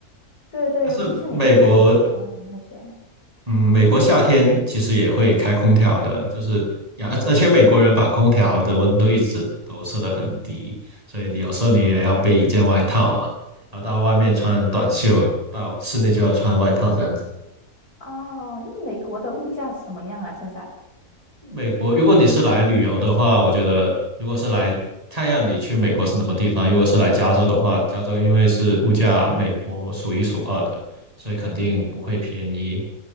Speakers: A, on the left (about 75°); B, on the right (about 25°).
A: 对对，
B: 但是美国
A: 尤其是你去图书馆啊那些。
B: 嗯，美国夏天其实也会开空调的，就是呀，而而且美国人把空调的温度一直都设得很低，所以你有时候你也要备一件外套啊，然后到外面穿短袖，到室内就要穿外套这样子。
A: 哦，那美国的物价怎么样啊？现在？
B: 美国，如果你是来旅游的话，我觉得如果是来看样你去美国是什么地方，如果是来加州的话，加州因为是物价美国数一数二的，所以肯定不会便宜。